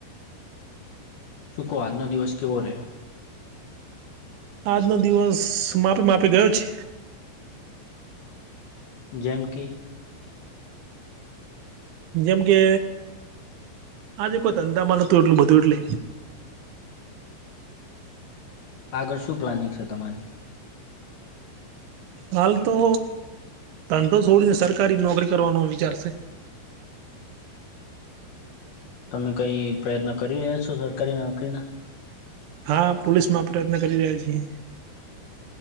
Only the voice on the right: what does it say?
આજનો દિવસ માપે માપે ગયો છે.
જેમ કે આજે કોઈ ધંધામાં નતું એટલું બધું એટલે
હાલ તો ધંધો છોડીને સરકારી નોકરી કરવાનો વિચાર છે
હા પોલીસમાં પ્રયત્ન કરી રહ્યા છીએ